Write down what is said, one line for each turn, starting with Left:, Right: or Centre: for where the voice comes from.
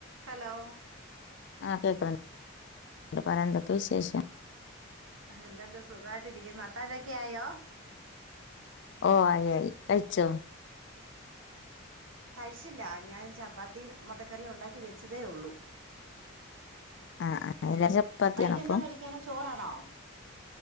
Right: Hello
Left: ആഹ് കേക്ക്ന്നുണ്ട്. ന്നിട്ട് പറാ എന്തൊക്കെ വിശേഷം?
Right: ഹാ എന്തുണ്ട് സുഖായിട്ടിരിക്കുന്നോ അത്താഴൊക്കായോ?
Left: ഓഹ് ആയി ആയി കഴിച്ചോ?
Right: കഴിച്ചില്ല ഞാൻ ചപ്പാത്തീം മൊട്ടക്കറിയും ഉണ്ടാക്കി വെച്ചതേയൊള്ളൂ.
Left: ആഹ് ആഹ് <unintelligible> ചപ്പാത്ത്യാണോ
Right: വൈകിട്ട്
Left: പ്പം?
Right: എന്താ കഴിക്കാന് ചോറാണോ